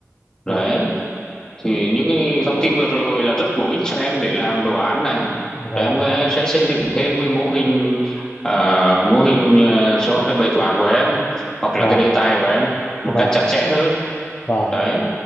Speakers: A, on the left (about 45°); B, on the left (about 15°).
A: Vâng,
B: đấy thì những cái thông tin vừa rồi là rất bổ ích cho em để làm đồ án này
A: vâng,
B: rồi em sẽ sẽ xây dựng thêm cái mô hình à, mô hình à, cho cái bài toán của em hoặc
A: vâng,
B: là cái đề tài của em một
A: vâng, vâng.
B: cách chặt chẽ hơn
A: vâng,
B: đấy